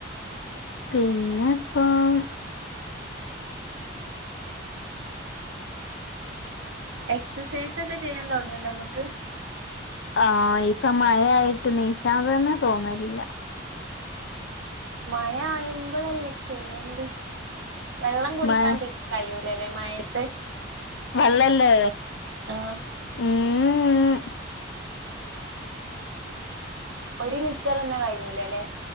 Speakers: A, on the left (about 60°); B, on the right (about 75°).
A: പിന്നെ പിന്നെ ഇപ്പം
B: എക്സസൈസക്കെ ചെയ്യാൻ തൊടങ്ങണ്ടേമ്മക്ക്
A: ആഹ് ഇപ്പം മഴയായിട്ട് നീശാൻ തന്നെ തോന്നലില്ല
B: മയ ആയ്മ്പളല്ലേ ചെയ്യണ്ടി വെള്ളം കുടിക്കാണ്ടി
A: മഴ
B: കയ്യൂലല്ലേ മഴത്ത്
A: വള്ളല്ലേ
B: ആഹ്
A: ഉംഉം
B: ഒരു ലിറ്ററന്നെ കയ്യൂലല്ലേ